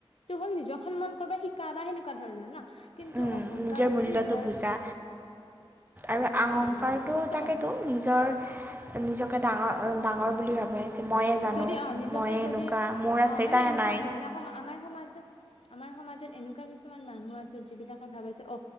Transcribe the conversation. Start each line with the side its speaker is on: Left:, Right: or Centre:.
Left: সেইটো হ'ল নিজক সন্মান কৰিব শিকা বা সেনেকুৱা ধৰণৰ ন কিন্তু
Right: উম
Left: অহংকাৰ
Right: নিজৰ
Left: হৈছে
Right: মূল্যটো
Left: ধৰ
Right: বুজা। আৰু
Left: নিজৰ
Right: অহংকাৰটো
Left: বুল নুবুজা কিন্তু
Right: তাকেতো
Left: অ
Right: নিজৰ নিজকে ডাঙৰ ডাঙৰ বুলি ভাবে যে ময়ে জানো
Left: যদি আহ নিজকে
Right: ময়ে
Left: যদি
Right: এনেকুৱা মোৰ আছে
Left: অ মানে
Right: তাৰ
Left: এনেকুৱা
Right: নাই।
Left: হয় না সম আমাৰ সমাজত আমাৰ সমাজত এনেকুৱা কিছুমান মানুহ আছে যিবিলাকে ভাবে যে অ